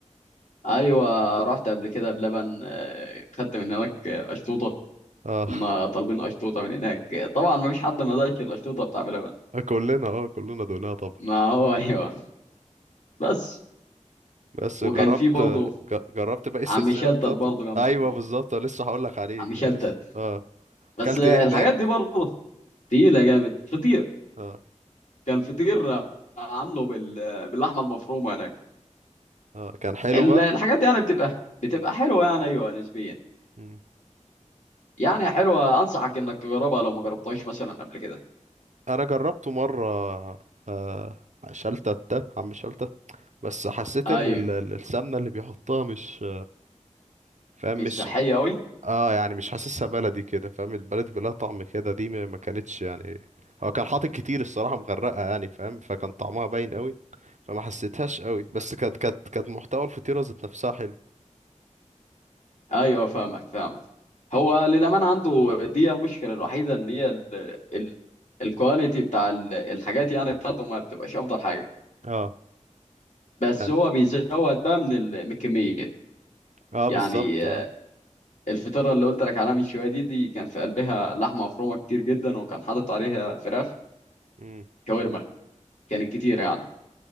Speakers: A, on the left; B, on the right.
A: ايوه رحت قبل كده بلبن آه، خدت من هناك آه، اشطوطه
B: اه
A: كنا طالبين اشطوطه من هناك آه، طبعا ما فيش حد ما دقش الاشطوطه بتاع بلبن
B: <laughs> كلنا اه كلنا دوقناها طبعا
A: ما هو <laughs> ايوه بس
B: بس
A: وكان
B: جربت
A: في برضه
B: ج- جربت باقي السلسلة
A: عم شلتت
B: بتاعته؟
A: برضه جنبه
B: ايوه بالظبط لسه هقول لك عليه
A: عم شلتت
B: لسه اه
A: بس
B: اكلت
A: آه،
B: ايه
A: الحاجات
B: هناك؟
A: دي برضه تقيله جامد فطير
B: اه
A: كان فطير آه، عامله بال آه، باللحمه المفرومه هناك
B: اه كان حلو
A: ال-
B: بقى
A: الحاجات دي يعني بتبقى بتبقى حلوه يعني ايوه نسبيا
B: مم.
A: يعني حلوه انصحك انك تجربها لو ما جربتهاش مثلا قبل كده
B: انا جربته مره آه شلتت عم شلتت بس حسيت
A: ايوه
B: ان ال- ال- السمنه اللي بيحطها مش فاهم
A: مش
B: مش
A: صحيه قوي
B: اه يعني مش حاسسها بلدي كده فاهم البلدي بلا طعم كده دي ما ما كانتش يعني هو كان حاطط كتير الصراحه مغرقه يعني فاهم فكان طعمها باين قوي فما حسيتهاش قوي بس كانت كانت كانت محتوى الفطيره ذات نفسها حلو
A: ايوه فاهمك فاهمك هو للامانه عنده دي المشكله الوحيده ان هي ال... ال... الكواليتي بتاع ال- الحاجات يعني بتاعته ما بتبقاش افضل حاجه
B: اه
A: بس
B: يعني
A: هو بيزود بقى من ال- من الكميه
B: اه
A: يعني
B: بالظبط اه
A: آه، الفطيره اللي قلت لك عليها من شويه دي دي كان في قلبها لحمه مفرومه كتير جدا وكان حاطط عليها فراخ
B: مم.
A: شاورما كانت كتير يعني